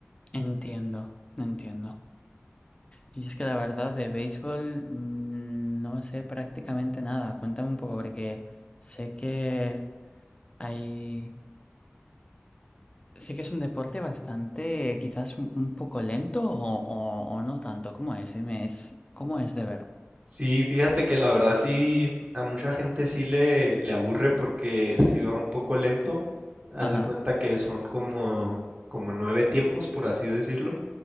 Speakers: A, on the left (about 25°); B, on the right (about 35°).
A: Entiendo, entiendo. Y es que la verdad de béisbol mm, no sé prácticamente nada. Cuéntame un poco porque sé que hay, sé que es un deporte bastante, quizás un, un poco lento o, o- o no tanto. ¿Cómo es? Dime, es, ¿cómo es de ver?
B: Sí, fíjate que la verdad sí, a mucha gente sí le, le aburre porque sí va un poco lento. Haz
A: Ajá.
B: de cuenta que son como, como nueve tiempos, por así decirlo.